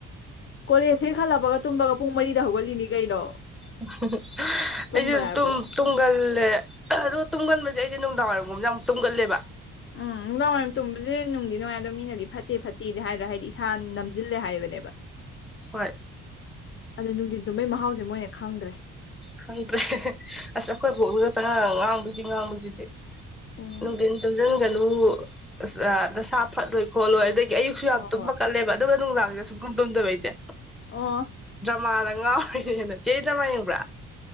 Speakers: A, on the left; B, in the centre.
A: ꯀꯣꯂꯦꯖ ꯍꯦꯛ ꯍꯜꯂꯛꯄꯒ ꯇꯨꯝꯕꯒ ꯄꯨꯡ ꯃꯔꯤꯗ ꯍꯧꯒꯠꯂꯤꯅꯤ ꯀꯩꯅꯣ
B: ꯎꯪꯍꯦ ꯍꯧ
A: ꯇꯨꯝꯕ
B: ꯑꯩꯁꯨ ꯑꯗꯨꯝ
A: ꯍꯥꯏꯕꯨ
B: ꯇꯨꯝ ꯇꯨꯝꯒꯜ ꯑ ꯇꯨꯝꯒꯟꯕꯁꯦ ꯑꯩꯁꯦ ꯅꯨꯡꯗꯥꯡꯋꯥꯏꯔꯝꯒꯨꯝꯕꯁꯦ ꯌꯥꯝ ꯇꯨꯝꯒꯜꯂꯦꯕ
A: ꯎꯝ ꯅꯨꯡꯗꯥꯡ ꯋꯥꯏꯔꯝ ꯇꯨꯝꯕꯁꯦ ꯅꯨꯡꯗꯤ ꯅꯨꯡꯉꯥꯏꯗꯣ ꯃꯤꯅꯗꯤ ꯐꯠꯇꯦ ꯐꯠꯇꯦ ꯐꯠꯇꯦꯗꯤ ꯍꯥꯏꯗ꯭ꯔꯥ ꯍꯥꯏꯗꯤ ꯏꯁꯥ ꯅꯝꯖꯤꯜꯂꯤ ꯍꯥꯏꯕꯅꯦꯕ
B: ꯍꯣꯏ
A: ꯑꯗꯣ ꯅꯨꯡꯗꯤꯟ ꯇꯨꯝꯕꯩ ꯃꯍꯥꯎꯁꯦ ꯃꯣꯏꯅ ꯈꯪꯗ꯭ꯔꯦ
B: ꯈꯪꯗ꯭ꯔꯦ ꯍꯦ ꯍꯦ ꯑꯁ ꯈꯣꯏ ꯕꯣꯛꯅꯒ ꯉꯥꯡꯕꯁꯤ ꯉꯥꯡꯕꯁꯤꯗꯤ
A: ꯎꯝ
B: ꯅꯨꯡꯊꯤꯟ ꯇꯨꯡꯁꯤꯟꯒꯅꯨ ꯑꯁ ꯑꯥ ꯅꯁꯥ ꯗꯥꯥ ꯐꯠꯂꯣꯏ ꯈꯣꯠꯂꯣꯏ ꯑꯗꯩ ꯑꯌꯨꯛꯁꯨ ꯌꯥꯝ
A: ꯍꯣꯏ
B: ꯇꯨꯝꯕ
A: ꯍꯣꯏ
B: ꯀꯠꯂꯦꯕ ꯑꯗꯨꯒ ꯅꯨꯡꯗꯥ ꯗꯅ ꯁꯨꯛꯇꯨꯝ ꯇꯨꯝꯗꯕ ꯑꯩꯁꯦ
A: ꯑꯣ
B: ꯃꯥ ꯗ ꯉꯥꯎꯔꯤꯅꯦꯅ ꯆꯦꯗꯤ ꯗ꯭ꯔꯃꯥ ꯌꯦꯡꯕ꯭ꯔꯥ